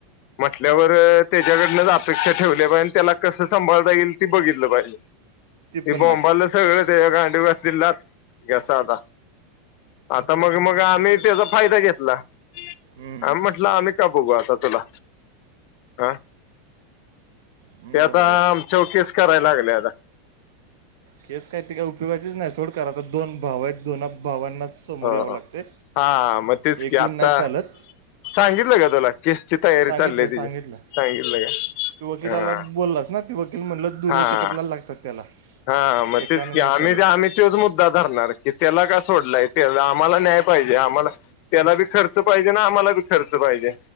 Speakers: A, on the left; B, on the right.
A: म्हटल्यावर त्याच्याकडनंच अपेक्षा ठेवल्या पाहिज आणि त्याला कसं सभाळता येईल ते बघितलं पाहिजे ते
B: पण
A: बोंबल
B: नाही
A: सगळंच गांडिव घातली लाथ की असं आला आता मग मग आम्ही त्याचा फायदा घेतला आम्ही
B: हम्म,
A: म्हटलं आमी का बघू आता तुला हा
B: हम्म,
A: ते आता
B: बरोबर
A: आमच्याव केस कराय लागलय आता
B: केस काय ते काय उपयोगाचीच नाही सोड कारण आता दोन भाव आहेत दोन भावांना समोर
A: हो
B: याव लागतय
A: हा मग तेच की
B: एक येऊन
A: आता
B: नाही चालत
A: सांगितलं का तुला केसची तयारी
B: सांगितलं
A: चाललीय तिची
B: सांगितलं
A: सांगितलं
B: तू वकिलाला
A: का हा
B: बोललास ना ते वकील म्हणलं दोन्ही
A: हा
B: एकत्रला लागतात त्याला
A: हा मग
B: एकानं
A: तेच की
B: नाही
A: आम्ही
B: चालत
A: का आम्ही तोच मुद्दा धरणार की त्याला कस सोडलाय त्या आम्हाला न्याय पाहिजे आम्हाला त्याला बी खर्च पाहिजे न आम्हाला बी खर्च पाहिजे.